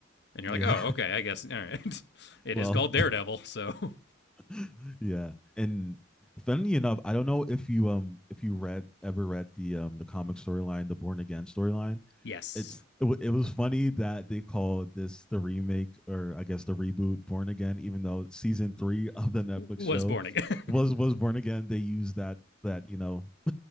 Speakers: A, on the left (about 60°); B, in the centre.
A: and you're
B: Yeah.
A: like, oh, okay, I guess all right. <laughs>
B: <laughs>
A: it
B: well,
A: is called Daredevil, so
B: <laughs> yeah. And funnily enough, I don't know if you um if you read ever read the um the comic storyline, the Born Again storyline
A: <laughs> yes,
B: it's it, it was funny that they called this the remake or I guess the reboot Born Again, even though season three <laughs> of the Netflix
A: was
B: show
A: born again.
B: was was Born Again. They used that that you know <laughs>